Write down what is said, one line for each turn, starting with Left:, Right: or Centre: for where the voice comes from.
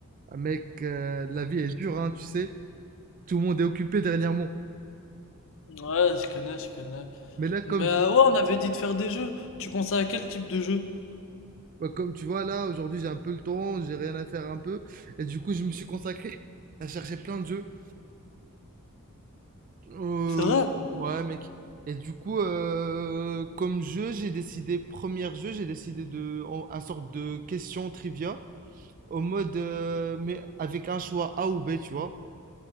Right: Ah, mec, euh, la vie est dure, hein, tu sais. Tout le monde est occupé dernièrement.
Left: Ouais, je connais, je connais.
Right: Mais là, comme,
Left: Mais euh,
Right: je-
Left: ouais, on avait dit de faire des jeux. Tu pensais à quel type de jeu?
Right: bah, comme tu vois, là, aujourd'hui, j'ai un peu le temps, j'ai rien à faire un peu. Et du coup, je me suis consacré à chercher plein de jeux. Euh,
Left: C'est vrai?
Right: ouais, mec. Et du coup, euh, comme jeu, j'ai décidé, premier jeu, j'ai décidé de, en- un sorte de question trivia. Au mode, euh, mais avec un choix A ou B, tu vois.